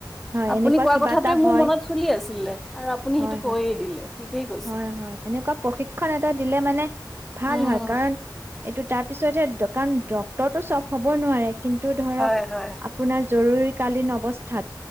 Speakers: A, on the right (about 30°); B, in the centre.
A: হয়
B: আপুনি
A: এনেকুৱা
B: কোৱা
A: কিবা
B: কথাটোোৱে
A: এটা
B: মোৰ
A: হয়
B: মনত চলি আছিলে আৰু আপুনি
A: হয়
B: সেইটো কৈয়ে
A: হয়
B: দিলে। ঠিকেই কৈছে।
A: হয় হয় এনেকুৱা প্ৰশিক্ষণ এ টা দিলে মানে ভাল
B: উম,
A: হয় কাৰণ এইটো তাৰ পিছতহে, কাৰণ ডক্তৰটো চব হব নোৱাৰে। কিন্তু ধৰক
B: হয় হয়
A: আপোনাৰ জৰুৰী কালীন অৱস্থাত